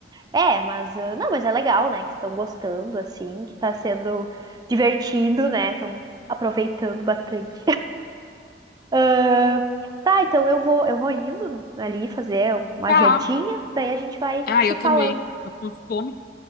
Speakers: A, on the right (about 25°); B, on the left (about 55°).
A: É, mas ah, não, mas é legal, né? Que estão gostando, assim, que tá sendo divertido, né? Estão aproveitando bastante. Ah, tá, então eu vou, eu vou indo ali fazer uma
B: tá.
A: jantinha, daí a gente vai
B: Ah,
A: se
B: eu
A: falando,
B: também. Tô com fome.